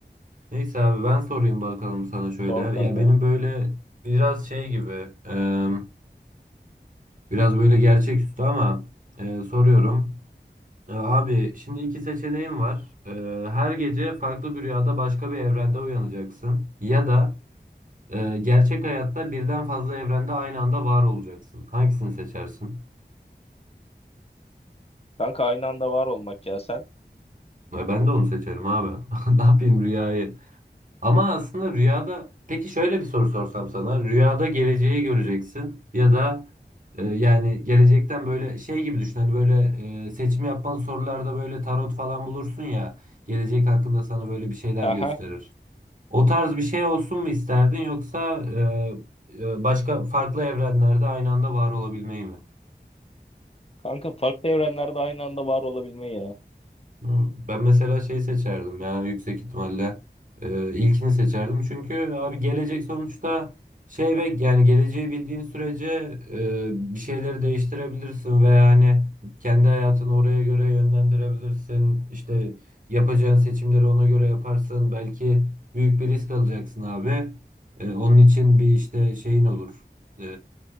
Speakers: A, on the right; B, on the left.
A: Neyse abi ben sorayım bakalım sana şöyle.
B: Zor
A: Ya
B: kanka.
A: benim böyle biraz şey gibi e, biraz böyle gerçeküstü ama e, soruyorum. E, abi şimdi iki seçeneğim var. E, her gece farklı bir rüyada başka bir evrende uyanacaksın. Ya da e, gerçek hayatta birden fazla evrende aynı anda var olacaksın. Hangisini seçersin?
B: Kanka aynı anda var olmak ya sen.
A: E, ben de onu seçerim abi. <laughs> Ne yapayım rüyayı? Ama aslında rüyada peki şöyle bir soru sorsam sana. Rüyada geleceği göreceksin ya da e, yani gelecekten böyle şey gibi düşün. Hani böyle e, seçim yapmalı sorularda böyle tarot falan bulursun ya. Gelecek hakkında sana böyle bir şeyler
B: Aha.
A: gösterir. O tarz bir şey olsun mu isterdin yoksa e, e, başka farklı evrenlerde aynı anda var olabilmeyi mi?
B: Kanka farklı evrenlerde aynı anda var olabilme ya.
A: Hmm. Ben mesela şey seçerdim ya yüksek ihtimalle Ee, ilkini seçerdim çünkü abi gelecek sonuçta şey ve yani geleceği bildiğin sürece e, bir şeyleri değiştirebilirsin ve yani kendi hayatını oraya göre yönlendirebilirsin işte yapacağın seçimleri ona göre yaparsın belki büyük bir risk alacaksın abi Ee, onun için bir işte şeyin olur Ee,